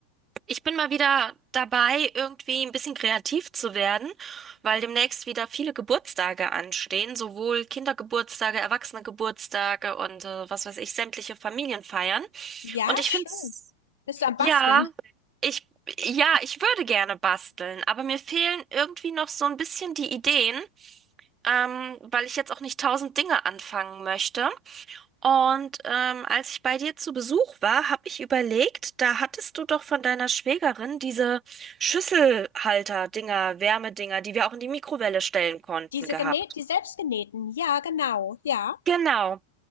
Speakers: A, on the right; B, on the left.
A: ich bin mal wieder dabei, irgendwie ein bisschen kreativ zu werden, weil demnächst wieder viele Geburtstage anstehen, sowohl Kindergeburtstage, Erwachsenegeburtstage und äh, was weiß ich, sämtliche Familienfeiern.
B: Ja,
A: Und ich
B: schön.
A: finde es
B: Bist du am
A: Ja,
B: Basteln?
A: ich, ja, ich würde gerne basteln, aber mir fehlen irgendwie noch so ein bisschen die Ideen, ähm, weil ich jetzt auch nicht tausend Dinge anfangen möchte. Und ähm, als ich bei dir zu Besuch war, habe ich überlegt, da hattest du doch von deiner Schwägerin diese Schüsselhalter-Dinger, Wärmedinger, die wir auch in die Mikrowelle stellen konnten,
B: Diese
A: gehabt.
B: genäht, die selbstgenähten. Ja, genau. Ja.
A: Genau.